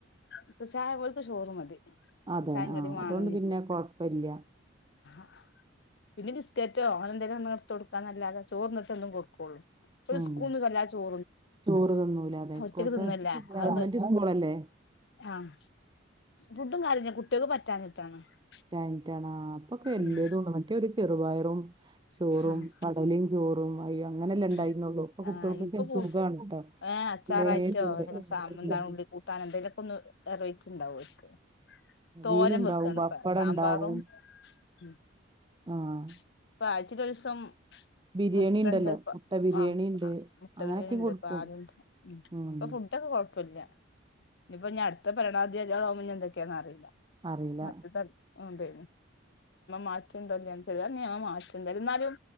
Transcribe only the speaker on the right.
<inaudible>
<unintelligible>
ഉം <unintelligible>
<unintelligible>
<unintelligible> <inaudible>
<unintelligible>
<unintelligible>
<unintelligible>
അവിയലുണ്ടാവും പപ്പടം ഉണ്ടാവും
ആഹ്
<unintelligible>
മുട്ട ബിരിയാണി
ഉണ്ട്
അങ്ങനൊക്കെ
കൊടുക്കും
ഉം
അറിയില്ല